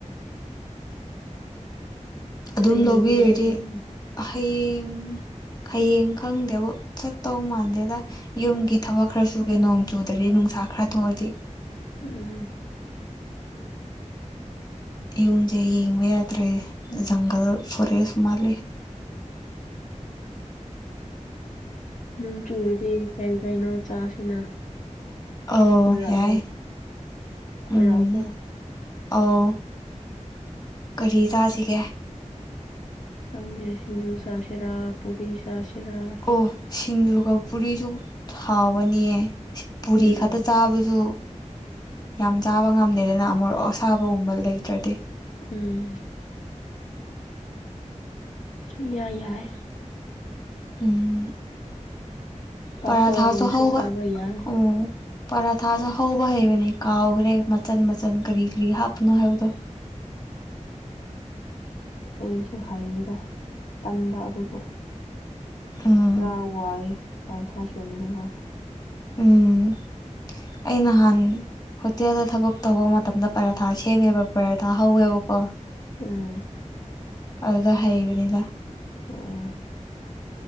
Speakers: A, on the left; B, on the left.
A: ꯑꯗꯨꯝ
B: ꯍꯌꯦꯡꯗꯤ
A: ꯂꯧꯕꯤꯔꯗꯤ
B: ꯀꯗꯥꯏ ꯆꯠꯀꯅꯤ
A: ꯍꯌꯦꯡ ꯍꯌꯦꯡ ꯈꯪꯗꯦꯕꯨ ꯆꯠꯇꯧ ꯃꯥꯟꯗꯦꯗ ꯌꯨꯝꯒꯤ ꯊꯕꯛ ꯈꯔ ꯁꯨꯒꯦ ꯅꯣꯡ ꯆꯨꯗ꯭ꯔꯗꯤ ꯅꯨꯡ ꯁꯥ ꯈꯔꯥ ꯇꯣꯛꯑꯗꯤ
B: ꯎꯝ
A: ꯌꯨꯝꯁꯦ ꯌꯦꯡꯕ ꯌꯥꯗ꯭ꯔꯦ ꯖꯪꯒꯜ ꯐꯣꯔꯦꯁ ꯃꯥꯂꯦ <inaudible>
B: ꯅꯣꯡ ꯆꯨꯨꯔꯗꯤ ꯀꯩ ꯀꯩꯅꯣ ꯆꯥꯁꯤꯅ
A: ꯑꯣ
B: ꯀꯣꯏꯔꯛꯑꯣ
A: ꯌꯥꯏ
B: ꯀꯣꯏꯔꯛꯎꯀꯣ
A: ꯎꯝ ꯑꯣ ꯀꯔꯤ ꯆꯥꯁꯤꯒꯦ
B: ꯈꯪꯗꯦ ꯁꯤꯡꯖꯨ ꯁꯥꯁꯤꯔꯥ ꯄꯨꯔꯤ ꯆꯁꯤꯔꯥ
A: ꯑꯣ ꯁꯤꯡꯖꯨꯒ ꯄꯨꯔꯤꯁꯨ ꯍꯥꯎꯒꯅꯤꯌꯦ ꯄꯨꯔꯤ
B: ꯎꯝ
A: ꯈꯛꯇ ꯆꯥꯕꯁꯨ ꯌꯥꯝ ꯆꯥꯕ ꯉꯝꯗꯦꯗꯅ ꯑꯝꯃꯣꯔꯣꯛ ꯑꯁꯥꯕꯒꯨꯝꯕ ꯂꯩꯇ꯭ꯔꯗꯤ
B: ꯎꯝ ꯏꯌꯥ ꯌꯥꯏ
A: ꯎꯝ
B: ꯄꯥꯐꯣꯔꯒꯨꯝꯕꯁꯨ
A: ꯄꯔꯥꯊꯥꯁꯨ ꯍꯥꯎꯕ
B: ꯆꯥꯕ ꯌꯥꯏ
A: ꯎꯝ ꯄꯔꯥꯊꯥꯁꯨ ꯍꯧꯕ ꯍꯩꯕꯅꯦ ꯀꯥꯎꯈ꯭ꯔꯦ ꯃꯆꯟ ꯃꯆꯟ ꯀꯔꯤ ꯀꯔꯤ ꯍꯥꯞꯄꯅꯣ ꯍꯥꯏꯕꯗꯣ
B: <inaudible> ꯑꯩꯁꯨ ꯍꯩꯗ ꯇꯟꯕ ꯑꯗꯨꯕꯨ
A: ꯎꯝ
B: ꯈꯔ ꯋꯥꯏꯌꯦ ꯄꯔꯊꯥꯁꯦꯝꯕꯗꯤ ꯈꯔ
A: ꯎꯝ ꯑꯩ ꯅꯍꯥꯟ ꯍꯣꯇꯦꯜꯗ ꯊꯕꯛ ꯇꯧꯕ ꯃꯇꯝꯗ ꯄꯔꯥꯊꯥ ꯁꯦꯝꯃꯦꯕ ꯄꯔꯥꯊꯥ ꯍꯧꯋꯦꯕꯀꯣ
B: ꯎꯝ
A: ꯑꯗꯨꯗ ꯍꯩꯕꯅꯤꯗ
B: ꯑꯣ